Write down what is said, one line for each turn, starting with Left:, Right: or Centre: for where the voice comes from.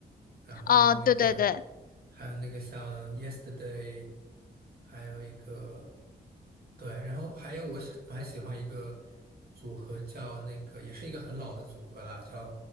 Right: 然后那个，
Left: 哦，对对对，
Right: 还有那个像《Yesterday》，还有一个，对，然后还有我喜蛮喜欢一个组合叫那个，也是一个很老的组合啦，叫